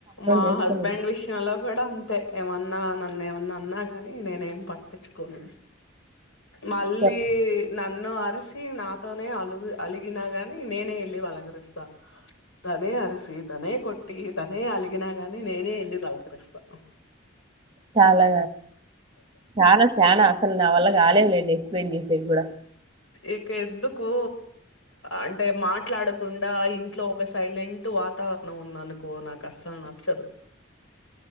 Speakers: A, on the left (about 80°); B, on the right (about 25°).
A: మా
B: చేసుకోలేను
A: హస్బెండ్ విషయంలో కూడా అంతే ఏమన్నా నన్ను ఏమ నన్న అన్నా గాని నేనేం పాట్టించుకోను మళ్ళీ
B: చ-
A: నన్ను అరసి నాతోనే అలుగు అలిగినా గాని నేనే వెళ్లిి వలకరిస్తా తనే అరిసి తనే కొట్టి తననే అలిగినగాని నేనే ఇల్ళ బలకరిస్తా
B: చాలా చాలా చాలా అసలు నా వల్ల కాలేదు లేడి ఎక్స్ప్లెయిన్ చేసి కూడా
A: ఇక ఎందుకు అంటే మాట్లాడకుండా ఇంట్లో ఒక సైలెంట్ వాతావరణం ఉందనుకో నాకు అస్సలు నచ్చదు